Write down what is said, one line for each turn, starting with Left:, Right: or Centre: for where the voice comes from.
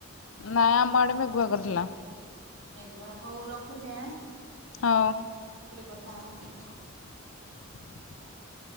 Left: ନା ଆମ ଆଡେ ମେ ମେଘୁଆ କରିଥିଲା।
Right: ମେଖୁଆ ହଉ ରଖୁଛି ଆଁ।
Left: ହଁ।
Right: ପରେ କଥା ହବା।
Left: <inaudible>